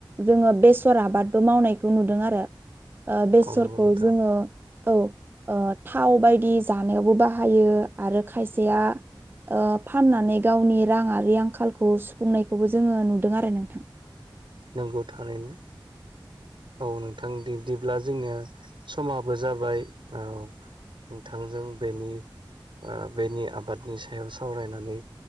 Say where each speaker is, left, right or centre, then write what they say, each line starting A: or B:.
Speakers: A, on the right (about 25°); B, on the right (about 75°).
A: जोङो बेस'र आबादबो मावनायखौ नुदों आरो। ओ बेसरखौ
B: औ नंगौ नोंथां
A: जोङो औ ओ थाव बायदि जानायावबो बाहायो आरो खायसेया ओ फाननानै गावनि राङारि आंखालखौ सुफुंनायखौबो जोङो नुदों आरो नोंथां।
B: नंगौ थारैनो। औ नोंथां बिदिब्ला जोंनिया समाबो जाबाय औ। नोंथांजों बेनि ओ बेनि आबादनि सायाव सावरायनानै